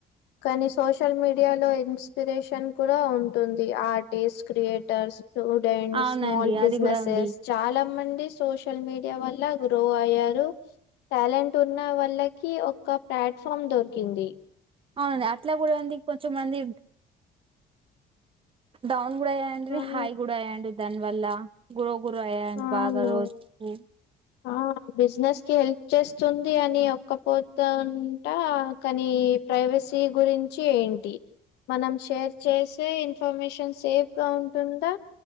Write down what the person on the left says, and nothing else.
కానీ సోషల్ మీడియా లో ఇన్స్పిరేషన్ కూడా ఉంటుంది ఆర్టిస్ట్ క్రియేటర్స్ స్టూడెంట్స్
స్మాల్
బిజినెసెస్
చాలా మంది సోషల్ మీడియా వల్ల గ్రో అయ్యారు టాలెంట్ ఉన్న వాళ్ళకి ఒక ప్లాట్ఫామ్ దొర కింది
అవును
అవును
ఆ బిజినెస్ కి హెల్ప్ చేస్తుంది అని ఓ తకపోతఅంట కానీ ప్రైవసీ గురించి ఏంటి మనం షేర్ చేసే ఇన్ఫర్మేషన్ సేఫ్ గా ఉంటుందా